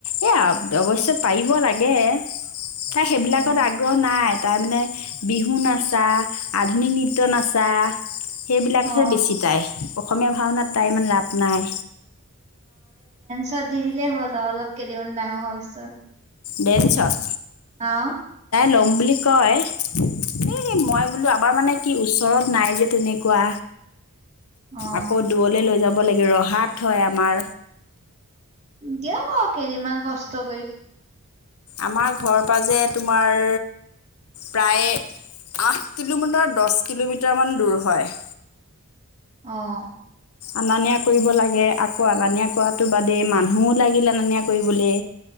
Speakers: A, on the left (about 70°); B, on the right (about 30°).
A: এ অৱশ্যে পাৰিব লাগে। তাই সেইবিলাকত
B: উম
A: আগ্ৰহ নাই। তাৰ মানে বিহু নাচা আধুনিক নৃত্য নাচা সেইবিলাকহে
B: অ
A: বেছি তাই। অসমীয়া ভাওনাত তাৰ ইমান ৰাপ নাই।
B: পিছত দি দিলেই হ'ল অলপ। কেইদিনমান ডাঙৰ হোৱাৰ পিছত।
A: দেনঞ্চত
B: আহ।
A: ল'ম বুলি কয় এই মই বোলো আমাৰ মানে কি ওচৰত নাই যে তেনেকুৱা।
B: অ
A: আকৌ দূৰলে লৈ যাব ৰহাত হয় আমাৰ।
B: দিয়গ অ কেইদিনমান কষ্ট কৰি।
A: আমাৰ ঘৰৰ পাজে তোমাৰ প্ৰায় আঠ কিলোমিটাৰ দছ কিলোমিটাৰমান দূৰ হয়
B: অ
A: অনা নিয়া কৰিব লাগে আকৌ অনা নিয়া কৰাটো বাদেই মানুহও লাগিল অনা নিয়া কৰিবলে